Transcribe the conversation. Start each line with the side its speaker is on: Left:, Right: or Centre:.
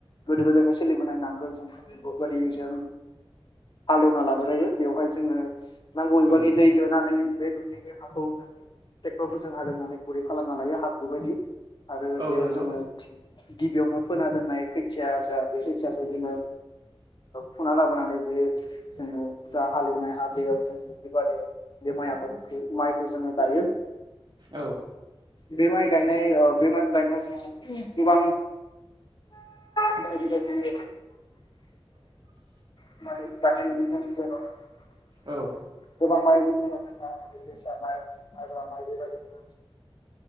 Left: गोदो गोदायफ्राय सोलिबोनाय नांगोल जंगाल बेफोरबायदि जों हालेवना लाग्रो <unintelligible> बेवहाय जोङो नांगौ एबानि
Right: औ
Left: दै होनानै बे दुब्लिनि हाखौ जों ट्रेक्टरफोरजों हालेवनानै गुरै खालामना लायो हाब्रु बायदि आरो
Right: औ
Left: बेयाव
Right: नंगौ
Left: जोङो गिबियावनो फोना दोननाय खैथिया जा बे खैथियाखौ जोङो फुना लाबोनानै बे जों जा हालेवनाय हा बेयाव जों बे दुब्लिबारियाव बे माइ आबादखौ माइखौ जोङो गायो
Right: औ
Left: बे माइ गायनाय बे माइ गायनाय समाव गोबां बायदि- बायदि
Right: <inaudible>
Left: <unintelligible>
Right: औ
Left: गोबां माइ <unintelligible> जोसा माइ माइब्रा माइ बेबायदिनो